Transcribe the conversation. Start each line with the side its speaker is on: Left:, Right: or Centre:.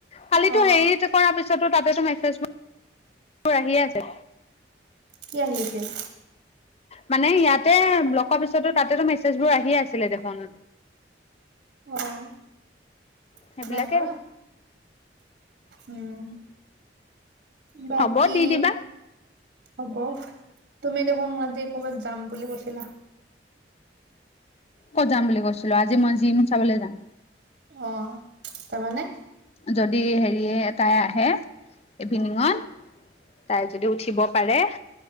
Left: কালিটো
Right: অ
Left: হেৰি কৰাৰ পিছতো তাতেতো মেছেজবোৰ আহিয়ে আছে।
Right: কি আহি আছিল
Left: মানে ইয়াত তে ব্লক কৰা পিছতো তাতে মেছেজ বোৰ আহি সি আছিলে দেখোন।
Right: অ'
Left: সেইবিলাকে
Right: নাই মৰা, উম। বাকী,
Left: হ'ব দি দিবা
Right: হ'ব। তুমি দেখোন মোক আজি ক'ৰবাত যাম বুলি কৈছিলা।
Left: ক'ত যাম বুলি কৈছিলো আজি মই জিম চাবলৈ যাম।
Right: অ' যাবানে?
Left: যদি হেৰিয়ে তাই আহে ইভিনিঙত। তাই যদি উঠিব পাৰে।